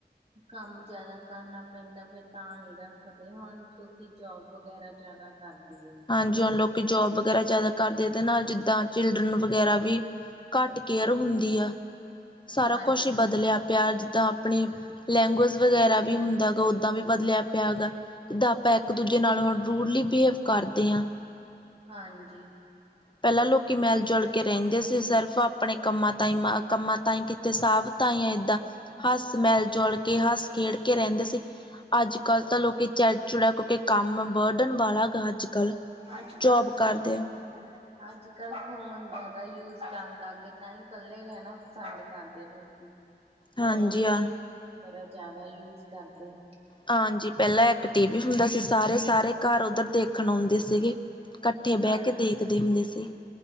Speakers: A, on the right (about 35°); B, on the left (about 25°).
A: ਕੰਮ ਜਾਦਾ ਕਰਨਾ ਪੈਂਦਾ ਫਿਰ ਤਾਂ ਨਈ ਰੱਖਦੇ ਹੁਣ ਕਿਉਂਕਿ ਜੋਬ ਵਗੈਰਾ ਜ਼ਾਦਾ ਕਰਦੇ ਆ।
B: ਹਾਂਜੀ ਹੁਣ ਲੋਕੀ ਜੋਬ ਵਗੈਰਾ ਜ਼ਾਦਾ ਕਰਦੇ ਤੇ ਨਾਲ ਜਿੱਦਾਂ ਚਿਲਡਰਨ ਵਗੈਰਾ ਵੀ ਘੱਟ ਕੇਅਰ ਹੁੰਦੀ ਆ ਸਾਰਾ
A: ਹਾਂਜੀ
B: ਕੁਛ ਈ ਬਦਲੇਆ ਪਿਆ ਜਿੱਦਾਂ ਆਪਣੀ ਲੈਂਗੂਏਜ ਵਗੈਰਾ ਵੀ ਹੁੰਦਾ ਗਾ ਓਦਾਂ ਵੀ ਬਦਲਿਆ ਪਿਆ ਹੈਗਾ। ਜਿੱਦਾਂ ਆਪਾਂ ਇੱਕ ਦੂਜੇ ਨਾਲ ਹੁਣ ਰੂਡਲੀ ਬਿਹੇਵ ਕਰਦੇ ਆ।
A: ਹਾਂਜੀ।
B: ਪੇਲਾਂ ਲੋਕੀ ਮੇਲ ਜੁਲ ਕੇ ਰੇਂਦੇ ਸੀ ਸਿਰਫ਼ ਆਪਣੇ ਕੰਮਾਂ ਤ ਕੰਮਾਂ ਤਾਈ ਕਿਤੇ ਸਾਬ ਤਾਂ ਈ ਏਦਾਂ ਹੱਸ ਮੇਲ ਜੋਲ ਕੇ ਹੱਸ ਖੇਡ ਕੇ ਰੇਂਦੇ ਸੀ ਅੱਜ- ਕੱਲ ਤਾਂ ਲੋਕੀ ਚੜ ਚੁੜਾ ਕਿਉਂਕਿ ਕੰਮ ਬਰਡਨ ਵਾਲਾ ਹੈਗਾ। ਅੱਜ- ਕੱਲ
A: ਅੱਜ
B: ਜੋਬ
A: ਕੱਲ ਫੋਨ
B: ਕਰਦੇ ਆ।
A: ਅੱਜ -ਕੱਲ੍ਹ ਫੋਨ ਜਾਦਾ ਯੂਜ ਕਰਨ ਲੱਗ ਗਏ ਤਾਂ ਈ ਕੱਲੇ ਰੈਣਾ ਪਸੰਦ ਕਰਦੇ ਲੋਕੀ। ਫੋਨ,
B: ਹਾਂਜੀ ਹਾਂ
A: ਟੀ -ਵੀ ਵਗੈਰਾ ਜ਼ਾਦਾ ਯੂਜ ਕਰਦੇ ਆ।
B: ਹਾਂਜੀ ਪੇਲਾਂ ਇੱਕ ਟੀ -ਵੀ ਹੁੰਦਾ ਸੀ ਸਾਰੇ -ਸਾਰੇ ਘਾਰ ਓਧਰ ਦੇਖਣ ਆਉਂਦੇ ਸੀਗੇ। ਇਕੱਠੇ
A: ਹਾਂਜੀ
B: ਬੈ ਕੇ ਦੇਖਦੇ ਹੁੰਦੇ ਸੀ।